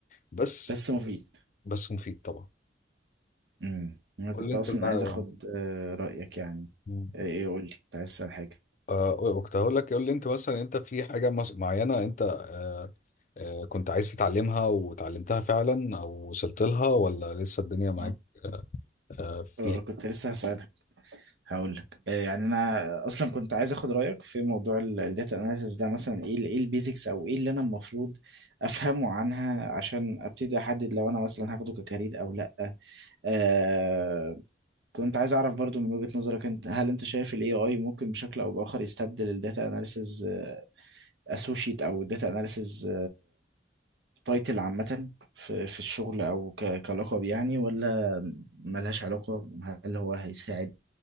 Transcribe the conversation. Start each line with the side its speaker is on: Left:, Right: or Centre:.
Left: بس
Right: بس مفيد بس
Left: بس مفيد طبعا
Right: مم. أنا
Left: قول
Right: كنت
Left: لي انت
Right: أصلا
Left: بقى
Right: عايز أخد آه، رأيك يعني
Left: مم.
Right: آه، إيه قول لي كنت عايز أسأل حاجة
Left: آه، كنت هقول لك قول لي انت مثلا انت في حاجة مس- معينة انت آه، آه، كنت عايز تتعلمها وتعلمتها فعلا او وصلت لها ولا لسه الدنيا معاك
Right: أه
Left: آه، في
Right: آه، كنت لسه هسألك هقول لك آه، يعني أنا أصلا كنت عايز أخد رأيك في موضوع الداتا أناليسيس ده مثلا إيه ال- إيه البيزكس أو إيه اللي أنا المفروض أفهمه عنها عشان أبتدي أحدد لو أنا مثلا هاخده ككارير أو لأ آه كنت عايز اعرف برضو من وجهة نظرك انت هل انت شايف الاي اي ممكن بشكل او باخر يستبدل الداتا اناليسز اسوشيت او الداتا اناليسز تايتل عامة في في الشغل او ك- كلقب يعني ولا ملهاش علاقة هل هو هيساعد